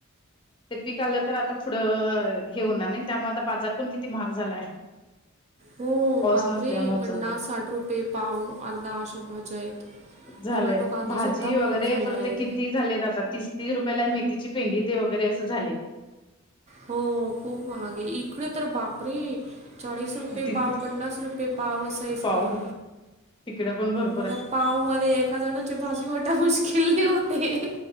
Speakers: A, on the left (about 20°); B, on the right (about 30°).
A: ते पीिक आलं तर आता पुढं हे होणार नाही त्यामुळे आता बाजार पण किती महाग झालाय <unintelligible>
B: हो
A: पाऊस
B: बापरे
A: नसल्यामुळे
B: पन्नास
A: पण ते
B: साठ रुपये पाऊ अर्ध्या अशा भाज्या आहेत
A: झालंय
B: टोमॅटो कांदा
A: भाजी
B: सुद्धा महाग
A: वगैरे
B: झाला
A: पण
B: आहे
A: ते किती झाले आता तीस तीस रुपयाला मेथीची पेंडी ते वगैरे असं झाले
B: हो खूप महाग आहे इकडे तर बापरे चचाळीस रुपये
A: तिथे
B: पाव पं्नास रुपये पाव वसई
A: पाव
B: सळो
A: तिकडे पण भर
B: म पाव मध्ये एखा जणाची भाजी मोठ्या मुश्किल होते